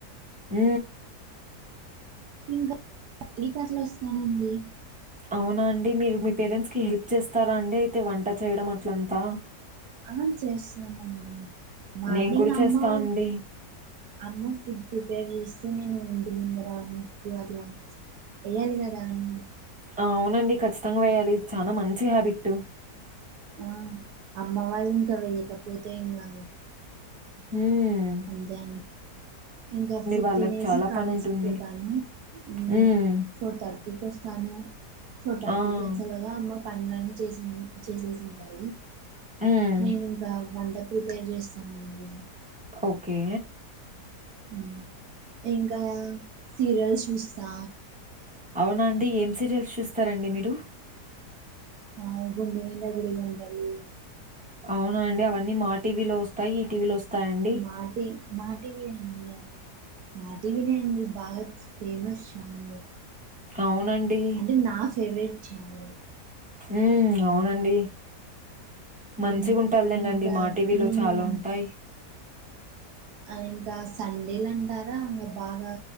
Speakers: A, in the centre; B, on the right.
A: ఉ
B: ఇంకా పతికట్లు వస్తానండి
A: అవునా అండి మీరు మీ పేరెంట్స్ కి హెల్ప్ చేస్తారా అండి అయితే వంట చేయడం అట్లంతా
B: ఆ చేస్తానండి మార్నింగ్
A: నేను కూడా
B: అమ్మా
A: చేస్తా అండి.
B: అమ్మ ఫుడ్ ప్రిపేర్ చేస్తే నేను ఇంటి ముందర ముగ్గు అట్లా వేయ్యాలి కదా అండి
A: అవునండి ఖచ్చితంగా వేయాలి చాలా మంచి హ్యాబిట్
B: ఆ అమ్మ వాళ్ళు ఇంకా వెయ్యకపోతే ఇంకా
A: ఉమ్
B: అంతే అండి ఇంకా ఫుడ్
A: వాళ్ళకి
B: తినేసి
A: చాలా
B: కాలేజీకి
A: పనుంటుంది.
B: పోతాను ఉ
A: హ్మ్.
B: ఫోర్ థర్టీకి వస్తాను ఫోర్ థర్టీకి
A: ఆ!
B: వచ్చేలోగా అమ్మ పనులన్ని చేసింది చేసేసింటాది
A: హ్మ్.
B: నేను ఇంకా వంట ప్రిపేర్ చేస్తా అండి
A: ఓకే
B: ఉ ఇంకా సీరియల్స్ చూస్తా
A: అవునండి ఏం సీరియల్స్ చూస్తారండి మీరు
B: ఆ గుండె నిండా గుడి గంటలు
A: అవునా అండి అవన్నీ మా టీవీ లో వస్తాయి ఈ టీవీలో వస్తాయండి
B: మా టీ మాటీవీ అండి అవి మా టీవీనే అండి బాగా ఫేమస్ ఛానల్
A: అవునండి
B: అంటే నా ఫేవరెట్ చానల్
A: ఉ అవునండి మంచిగా
B: గుం
A: ఉంటదిలే
B: ఇంకా
A: దండి మా టీవీలో
B: మ్మ్
A: చాలా ఉంటాయి
B: ఆ ఇంకా సండేలు అంటారా ఇంగా బాగా